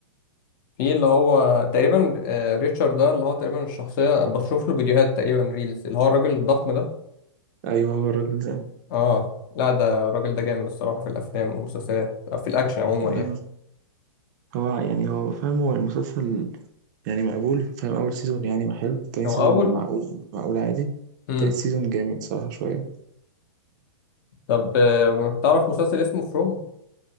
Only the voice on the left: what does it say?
في اللي هو تقريبا آه، ريتشارد ده اللي هو تقريبا الشخصية بشوف له فيديوهات تقريبا ريلز اللي هو الراجل الضخم ده
اه لا ده الراجل ده جامد الصراحة في الأفلام والمسلسلات أو في الأكشن عموما
يعني
هو
أول
مم.
طب آه، تعرف مسلسل اسمه فروم